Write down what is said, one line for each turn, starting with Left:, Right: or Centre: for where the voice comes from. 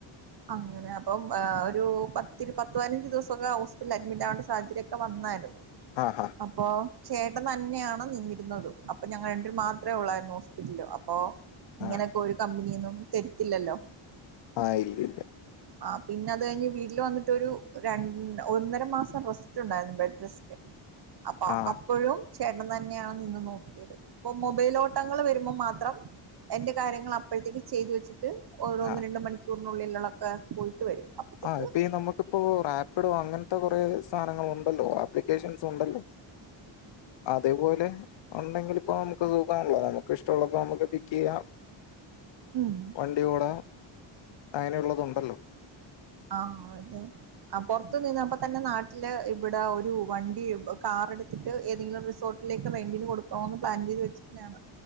Right: അങ്ങനെ അപ്പം ആ ഒരു പത്തിരു പത്തുപതിനഞ്ച് ദെവസം ഒക്കെ ഹോസ്പിറ്റലില് അഡ്മിറ്റ് ആവേണ്ട സാഹചര്യൊക് ക്കെ വന്നാരുന്നു
Left: ആഹ് ആഹ്
Right: അപ്പോ ചേട്ടൻ തന്നെ ആണ് നിന്നിരുന്നതും അപ്പൊ ഞങ്ങൾ രണ്ട് പേരും മാത്രേ ഒള്ളായിരുന്നു ഹോസ്പിറ്റലില് അപ്പോ ഇങ്ങനൊക്കെ
Left: ആ
Right: ഒരു കമ്പനീന്നും തെരത്തില്ലല്ലോ
Left: ആഹ് ഇല്ലില്ല
Right: ആഹ് പിന്നത് കഴിഞ്ഞ് വീട്ടില് വന്നിട്ട് ഒരു രണ്ട് ഒന്നര മാസം റെസ്റ്റ് ഒണ്ടായിരുന്നു ബെഡ് റെസ്റ്റ് അപ്പൊ
Left: ആ
Right: അപ്പഴും ചേട്ടൻ തന്നെ ആണ് നിന്ന് നോക്കിയത് ഇപ്പം മൊബൈലോട്ടങ്ങൾ വെരുമ്പോ മാത്രം എന്റെ കാര്യങ്ങളപ്പഴത്തേക്ക് ചെയ്തു വെച്ചിട്ട് ഓരോന്ന്
Left: ആ
Right: രണ്ട് മണിക്കൂറിനുള്ളിലൊള്ളെക്കെ പോയിട്ട് വരും അപ്പത്തേക്ക്
Left: ആഹ് ഇപ്പൊ ഈ നമുക്ക്‌ ഇപ്പോ റാപ്പിഡോ അങ്ങനത്തെ കൊറേ സാധനങ്ങളൊണ്ടല്ലോ ആപ്ലിക്കേഷൻസ് ഒണ്ടല്ലോ അതെ പോലെ ഒണ്ടെങ്കില് ഇപ്പോ നമുക്ക് സുഖാണ്ല്ലോ നമുക്ക് ഇഷ്ടൊള്ളപ്പോ നമുക്ക് പി ക്കെയ്യാം
Right: ഉം
Left: വണ്ടി ഓടാം അങ്ങനെ ഒള്ളത് ഒണ്ടല്ലോ
Right: ആഹ് അതെ ആഹ് പൊറത്ത്നിന്ന് അപ്പ തന്നെ നാട്ടില് ഇവിടെ ഒരു വണ്ടി കാറെടുത്തിട്ട് ഏതെങ്കിലും റിസോ ർട്ടിലേക്ക് റെന്റിന് കൊടുക്കണോന്ന് പ്ലാൻ ചെയ്ത് വെച്ചിരിന്ന ആണ്